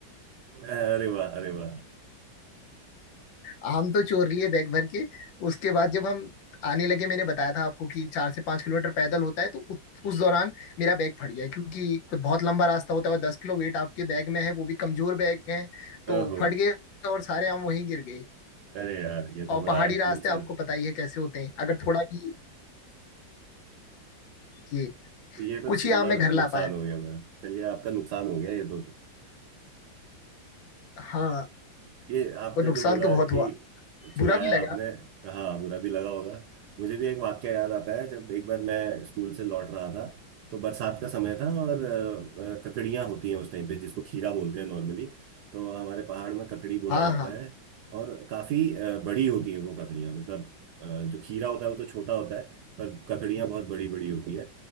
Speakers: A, on the right; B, on the left.
A: अरे वाह अरे वाह
B: हम तो चोर लिए बैग भर के उसके बाद जब हम आने लगे मैंने बताया था आपको कि चार से पांच किलोमीटर पैदल होता है तो उस, उस दौरान मेरा बैग फट गया क्योंकि बहुत लंबा रास्ता होता है और दस किलो वेट आपके बैग में है वो भी कमजोर बैग है तो
A: ओहो
B: फट गए और सारे आम वहीं गिर गए
A: अरे यार ये तो
B: और
A: बड़ा
B: पहाड़ी रास्ते
A: नुकसान
B: आपको पता ही है कैसे होते हैं अगर थोड़ा भी ये
A: ये तो
B: कुछ ही
A: बड़ा
B: आम मैं घर
A: नुकसान
B: ला पाया
A: हो गया मेरा चलिए आपका नुकसान हो गया ये तो
B: हाँ
A: ये आपने
B: और नुकसान
A: जो बोला
B: तो बहुत
A: कि
B: हुआ
A: चुराया
B: बुरा भी लगा
A: आपने हाँ बुरा भी लगा होगा मुझे भी एक वाक्य याद आता है जब एक बार मैं स्कूल से लौट रहा था तो बरसात का समय था और अ, अ, ककड़ियाँ होती हैं उस टाइम पे जिसको खीरा बोलते हैं नॉर्मली तो हमारे पहाड़ में ककड़ी बोला
B: हाँ
A: जाता
B: हाँ
A: है और काफी अ, बड़ी होती हैं वो ककड़ियाँ मतलब अ, जो खीरा होता है वो तो छोटा होता है पर ककड़ियाँ बहुत बड़ी बड़ी होती है